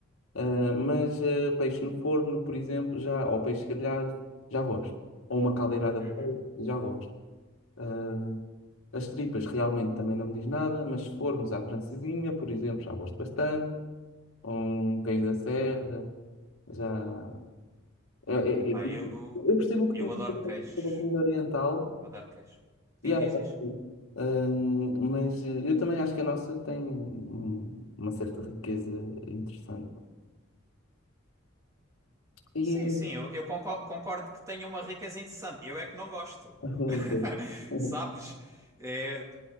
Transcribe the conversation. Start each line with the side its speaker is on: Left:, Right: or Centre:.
Left: Ah, mas ah, peixe no forno, por exemplo, já, ou peixe grelhado, já gosto. Ou uma caldeirada
Right: Uhum.
Left: de polvo, já gosto. Ah, as tripas realmente também não me diz nada, mas se formos à francesinha, por exemplo, já gosto bastante. Um queijo da serra, já. é- é-
Right: Epá,
Left: é-
Right: eu,
Left: Eu percebo o que
Right: eu
Left: digo
Right: adoro queijo.
Left: sobre a comida oriental.
Right: Eu adoro queijo.
Left: e
Right: Sim,
Left: há-
Right: diz,
Left: tá
Right: diz.
Left: bom. Hum, mas eh, eu também acho que a nossa tem hum, uma certa riqueza interessante. E...
Right: Sim, sim, eu, eu concor- concordo que tenha uma riqueza interessante. Eu é que não gosto.
Left: <laughs>
Right: <laughs> Sabes? É, t-